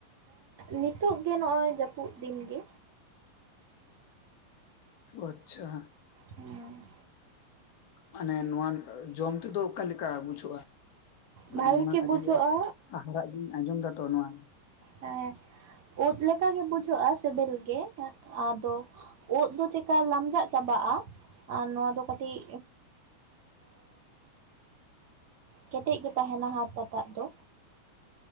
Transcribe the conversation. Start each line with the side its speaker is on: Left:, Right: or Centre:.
Right: ᱱᱤᱛᱚᱜ ᱜᱮ ᱱᱚᱜᱼᱚᱭ ᱡᱟᱹᱯᱩᱫ ᱫᱤᱱ ᱜᱮ᱾
Left: ᱟᱪᱷᱟ᱾
Right: ᱦᱩᱸ᱾
Left: ᱢᱟᱱᱮ ᱱᱚᱣᱟ ᱡᱚᱢ ᱛᱮᱫᱚ ᱚᱠᱟᱞᱮᱠᱟ ᱵᱩᱡᱷᱟᱹᱜᱼᱟ᱾ ᱢᱟᱱᱮ
Right: ᱵᱷᱟᱜᱮ
Left: ᱤᱧ
Right: ᱜᱮ
Left: ᱟᱹᱰᱤ
Right: ᱵᱩᱡᱷᱟᱹᱜᱼᱟ
Left: ᱦᱟᱦᱟᱲᱟᱜ ᱜᱤᱧ ᱟᱸᱡᱚᱢ ᱫᱟᱛᱚ ᱱᱚᱣᱟ᱾
Right: ᱦᱮᱸ ᱩᱫ ᱞᱮᱠᱟᱜᱮ ᱵᱩᱡᱷᱟᱹᱜᱼᱟ ᱥᱤᱵᱤᱞ ᱜᱮ ᱟᱫᱚ ᱚᱛ ᱫᱚ ᱪᱮᱠᱟ ᱞᱟᱢᱡᱟᱜ ᱪᱟᱵᱟᱜᱼᱟ᱾ ᱟᱨ ᱱᱚᱣᱟ ᱫᱚ ᱠᱟᱹᱴᱤᱡ ᱠᱮᱴᱮᱡ ᱜᱮ ᱛᱟᱦᱮᱱᱟ ᱦᱟᱛᱛᱟᱛᱟᱜ ᱫᱚ᱾